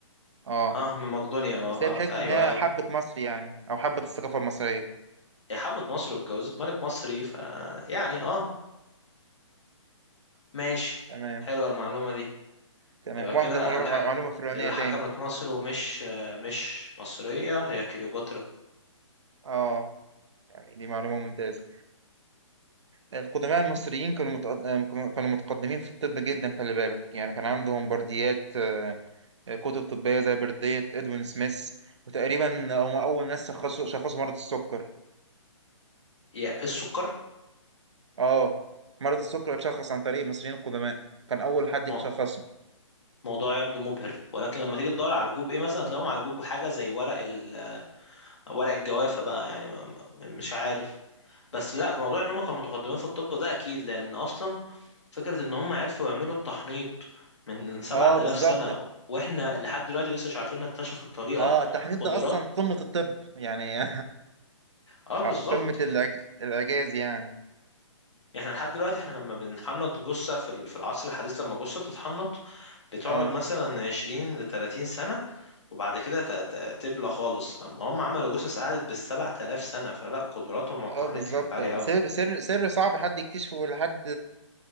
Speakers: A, on the right; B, on the left.
A: اه
B: اه من مقدونيا اه
A: بس هي تحس
B: اه
A: ان
B: ايوه
A: هي
B: ايوه
A: حبه مصر يعني او حبه الثقافه المصريه
B: هي حبت مصر واتجوزت ملك مصري ف يعني اه ماشي
A: تمام
B: حلوة المعلومة دي
A: تمام
B: يبقى كده
A: واحده معلومه
B: الحك...
A: معلومة فرعونيه
B: اللي
A: تاني
B: حكمت مصر ومش آه، مش مصرية هي كليوباترا
A: اه يعني دي معلومه ممتازه القدماء المصريين كانوا متقد... كانوا متقدمين في الطب جدا خلي بالك يعني كان عندهم برديات آه، كتب طبية زي بردية ادوين سميث وتقريبا هم أول ناس شخصوا شخصوا مرض السكر
B: يا السكر
A: اه مرض السكر اتشخص عن طريق المصريين القدماء كان أول حد يشخصه
B: مو- موضوع يبدو مبهر ولكن لما تيجي تدور على الجوب ايه مثلا هتلاقيهم على الجوب حاجة زي ورق ال... ورق الجوافة بقى يعني ما... ما- مش عارف بس لا في موضوع ان هم كانوا متقدمين في الطب ده اكيد لان اصلا فكرة ان هم عرفوا يعملوا التحنيط من 7000
A: اه بالظبط
B: سنة واحنا
A: الت-
B: لحد دلوقتي لسه مش عارفين نكتشف الطريقة
A: اه التحنيط
B: قدرات
A: ده أصلا قمة الطب يعني <laughs>
B: اه بالظبط
A: اه قمة الإعج... الإعجاز يعني
B: احنا لحد دلوقتي احنا لما بنحنط جثة في ال- في العصر الحديث لما جثة بتتحنط بتقعد
A: اه
B: مثلا 20 ل 30 سنة وبعد كده ت- ت- تبلى خالص اما هم عملوا جثث قعدت بال 7000 سنة فلا قدراتهم على
A: اه
B: التحنيط
A: بالظبط
B: كانت عالية قوي
A: سر سر سر صعب حد يكتشفه لحد